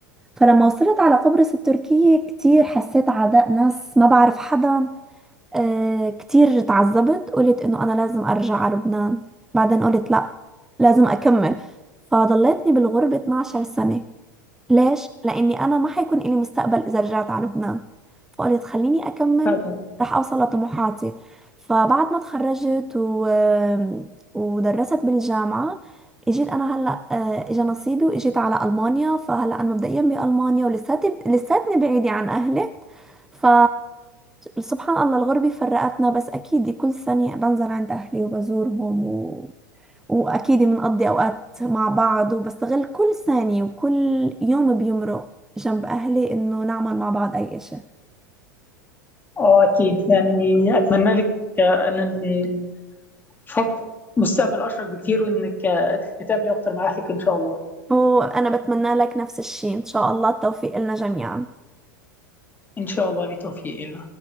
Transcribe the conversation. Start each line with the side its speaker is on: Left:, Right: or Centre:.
Centre: فلما وصلت على قبرص التركية كتير حسيت عداء ناس ما بعرف حدا آه كتير تعذبت قلت انه انا لازم ارجع على لبنان بعدين قلت لا لازم اكمل فضلتني بالغربة 12 سنة ليش؟ لأني أنا ما حيكون إلي مستقبل إذا رجعت على لبنان فقلت خليني أكمل
Left: فعلا
Centre: رح أوصل لطموحاتي فبعد ما تخرجت و... ودرست بالجامعة اجيت انا هلا آه، اجى نصيبي واجيت على المانيا فهلا انا مبدئيا بالمانيا ولساتي لساتني بعيده عن اهلي ف سبحان الله الغربه فرقتنا بس اكيد كل سنه بنزل عند اهلي وبزورهم وأكيد بنقضي أوقات مع بعض وبستغل كل ثانية وكل يوم بيمرق جنب أهلي إنه نعمل مع بعض أي إشي
Left: اه اكيد يعني اتمنى لك آه، ان خط مستقبل اشرق بكتير وانك تتقابلي اكتر معاها فيك ان شاء الله
Centre: وأنا بتمنى لك نفس الشي إن شاء الله التوفيق لنا جميعا
Left: ان شاء الله بتوفيق